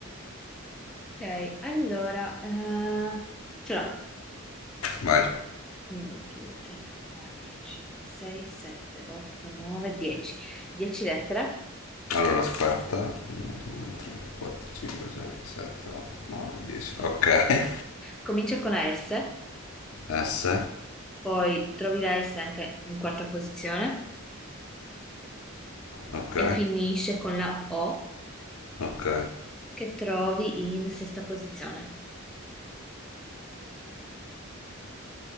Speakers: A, in the centre; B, on the left (about 80°).
A: Ok, allora, eh, ce l'ho.
B: Vai.
A: 1, 2, 3, 4, 5, 6, 7, 8, 9, 10. 10 lettere.
B: Allora, aspetta. 1, 2, 3, 4, 5, 6, 7, 8, 9, 10. Ok.
A: Comincia con la S,
B: S.
A: poi trovi la S anche in quarta posizione
B: Ok.
A: e finisce con la O
B: Ok.
A: che trovi in sesta posizione.